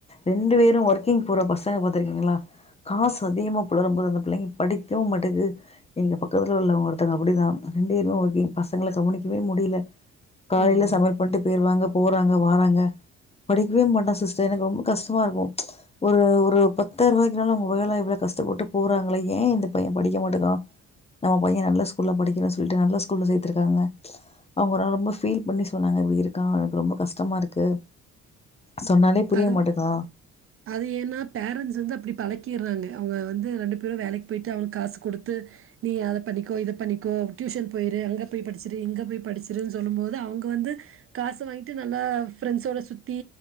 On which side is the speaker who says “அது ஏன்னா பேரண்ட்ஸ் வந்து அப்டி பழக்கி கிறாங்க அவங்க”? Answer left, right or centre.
Right